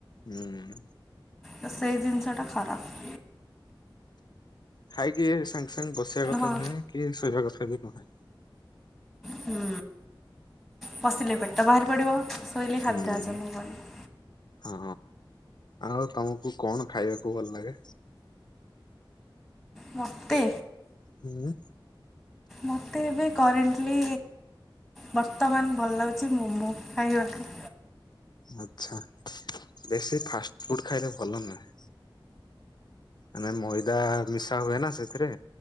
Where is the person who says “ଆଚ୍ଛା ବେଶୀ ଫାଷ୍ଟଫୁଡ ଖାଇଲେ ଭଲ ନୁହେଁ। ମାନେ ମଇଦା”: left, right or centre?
Left